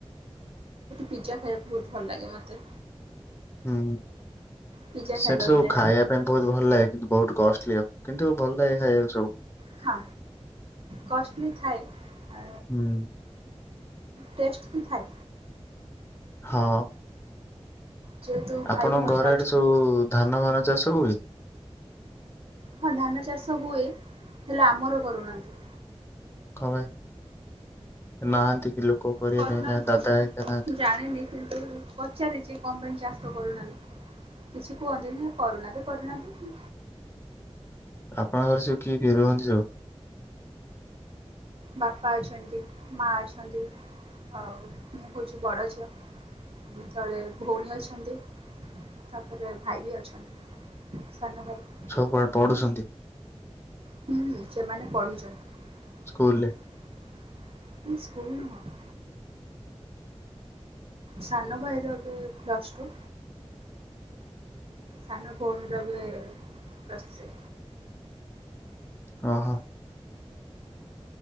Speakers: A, on the right; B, on the left.
A: ପିଜା ଖାଇବାକୁ ବୋହୁତ ଭଲ ଲାଗେ ମତେ।
B: ହୁଁ
A: ପିଜା
B: ସେଠି
A: ଖାଇବାକୁ
B: ସବୁ
A: ଯାଏ
B: ଖାଇବା ପାଇଁ ବୋହୁତ ଭଲ ଲାଗେ କିନ୍ତୁ ବହୁତ କଷ୍ଟଲି ହବ କିନ୍ତୁ ଭଲ ଲାଗେ ଖାଇବାକୁ ସବୁ।
A: ହଁ କଷ୍ଟଲି ଥାଏ ଆ
B: ହୁଁ
A: ଟେଷ୍ଟ ବି ଥାଏ।
B: ହଁ।
A: ଯେହେତୁ
B: ଆପଣଙ୍କ
A: ଭାଇ ଭାଉଜ
B: ଘର
A: ଅଛନ୍ତି
B: ଆଡେ ସବୁ ଧାନ ଫାନ ଚାଷ ହୁଏ।
A: ହଁ ଧାନ ଚାଷ ହୁଏ, ହେଲେ ଆମର କରୁନାହାନ୍ତି।
B: କଁ ପାଇଁ ନାହାନ୍ତି କି ଲୋକ କରିବା
A: କରୁନାହାନ୍ତି
B: ପାଇଁ ନାହାନ୍ତି ନା ଦାଦା ହେରିକା ନାହାନ୍ତି।
A: ଜାଣିନି କିନ୍ତୁ ପଚାରିଛି କଁ ପାଇଁ ଚାଷ କରୁନାହାନ୍ତି। କିଛି କୁହନ୍ତିନି କରୁନାହାନ୍ତି କରୁନାହାନ୍ତି।
B: ଆପଣଙ୍କ ଘରେ ସବୁ କିଏ କିଏ ରୁହନ୍ତି ସବୁ?
A: ବାପା ଅଛନ୍ତି ମା ଅଛନ୍ତି। ହଉ ମୁଁ ହୋଉଛି ବଡ଼ ଝିଅ। ମୋ ତଳେ ଭଉଣୀ ଅଛନ୍ତି ତାପରେ ଭାଇ ବି ଅଛନ୍ତି। ସାନ ଭାଇ।
B: ସବୁ ପାଠ ପଢ଼ୁଛନ୍ତି?
A: ହୁଁ ହୁଁ ସେମାନେ ପଢ଼ୁଛନ୍ତି
B: ସ୍କୁଲରେ
A: କିନ୍ତୁ ସ୍କୁଲ ନୁହଁ। ସାନ ଭାଇର ଏବେ ପ୍ଲସ୍ ଟୁ। ସାନ ଭଉଣୀର ଏବେ ପ୍ଲସ୍ ଥ୍ରୀ।
B: ହଁ ହଁ।